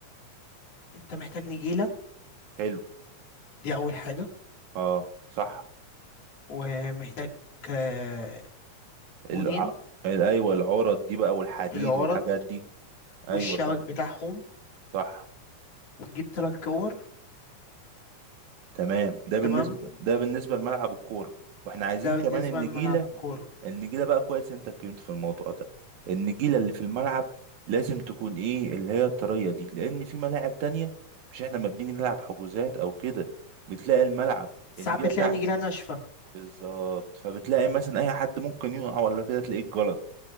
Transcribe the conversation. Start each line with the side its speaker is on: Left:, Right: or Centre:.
Left: انت محتاج نجيلة
Right: حلو
Left: دي اول حاجة
Right: اه صح
Left: ومحتاج آه، جونين
Right: الع... ال- ايوه العرض دي بقى والحديد
Left: العرض
Right: والحاجات دي ايوه
Left: والشبك
Right: صح
Left: بتاعهم
Right: صح
Left: وتجيب تلات كور
Right: تمام ده بالنسبه
Left: تمام ده
Right: ده بالنسبه لملعب الكوره واحنا عايزين
Left: ده
Right: كمان
Left: بالنسبة
Right: النجيله
Left: لملعب الكورة
Right: النجيله بقى كويس انت اتكلمت في الموضوع ده النجيله اللي في الملعب لازم تكون ايه اللي هي الطريه دي لان في ملاعب تانية مش احنا ما بنيجي نلعب حجوزات او كده بتلاقي الملعب
Left: ساعات
Right: النجيله
Left: بتلاقي
Right: بتاعت
Left: نجيلة ناشفة
Right: بالظبط فبتلاقي مثلا اي حد ممكن يقع ولا كده تلاقيه غلط